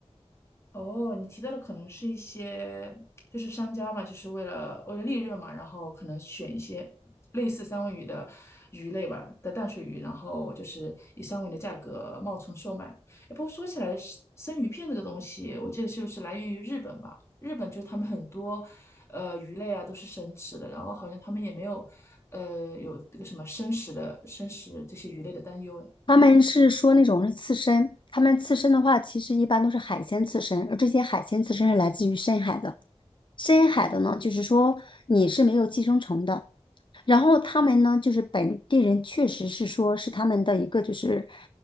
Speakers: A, on the left; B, on the left.
A: 哦，你提到的可能是一些，就是商家嘛，就是为了为了利润嘛，然后可能选一些类似三文鱼的鱼类吧的淡水鱼，然后就是以三文鱼的价格冒充售卖。哎，不过说起来，生生鱼片这个东西，我记得就是来源于日本吧，日本就是他们很多呃鱼类啊都是生吃的，然后好像他们也没有呃有这个什么生食的生食这些鱼类的担忧，哎。
B: 他们是说那种是刺身，他们刺身的话，其实一般都是海鲜刺身，而这些海鲜刺身是来自于深海的。深海的呢，就是说你是没有寄生虫的，然后他们呢，就是本地人确实是说是他们的一个就是